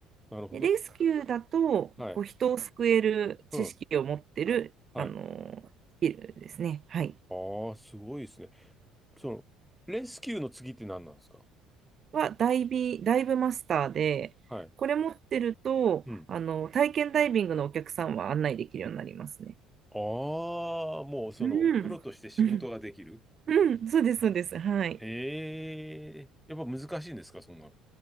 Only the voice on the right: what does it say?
で、レスキューだと、
こう人を救える知識を持ってる、
あのスキルですね、はい、
はダイビ、ダイブマスターで、
これ持ってると、
あの、体験ダイビングのお客さんは案内できるようになりますね。
うん、
うん、うんそうです、そうです。はい。